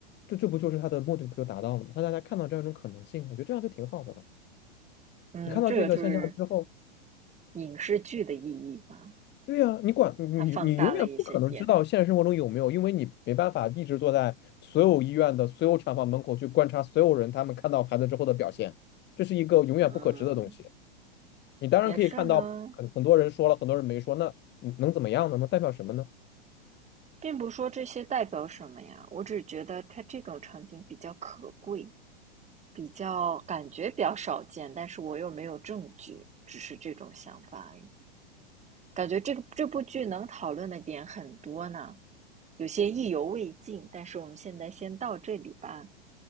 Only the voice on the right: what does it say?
嗯，
这个就是影视剧的意义吧，
它放大了一些点。
嗯，
也是呢，
并不说这些代表什么呀，我只觉得它这种场景比较可贵。比较感觉比较少见，但是我又没有证据，只是这种想法而已。感觉这个这部剧能讨论的点很多呢，有些意犹未尽，但是我们现在先到这里吧，